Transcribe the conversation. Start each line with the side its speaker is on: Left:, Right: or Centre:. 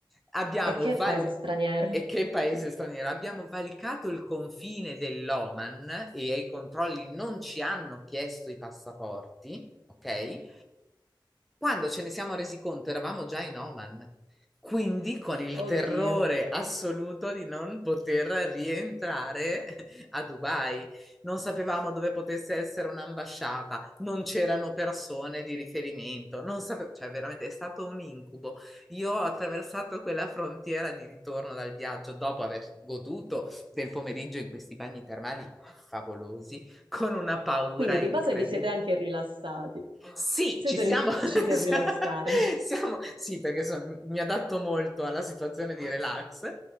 Centre: abbiamo
Right: E che
Centre: val-
Right: paese straniero.
Centre: e che paese straniero, abbiamo valicato il confine dell'Oman e ai controlli non ci hanno chiesto i passaporti, ok? Quando ce ne siamo resi conto eravamo già in Oman, quindi con il
Right: Oddio.
Centre: terrore assoluto di non poter rientrare a Dubai. Non sapevamo dove potesse essere un'ambasciata, non c'erano persone di riferimento, non sape- cioè veramente è stato un incubo. Io ho attraversato quella frontiera di ritorno dal viaggio dopo aver goduto del pomeriggio in questi bagni termali favolosi con una paura
Right: Quindi
Centre: incredibile.
Right: di base vi siete anche rilassati.
Centre: Sì,
Right: Siete
Centre: ci siamo. <laughs>
Right: riusciti a rilassarvi.
Centre: siamo- sì, perché son- mi adatto molto alla situazione di relax,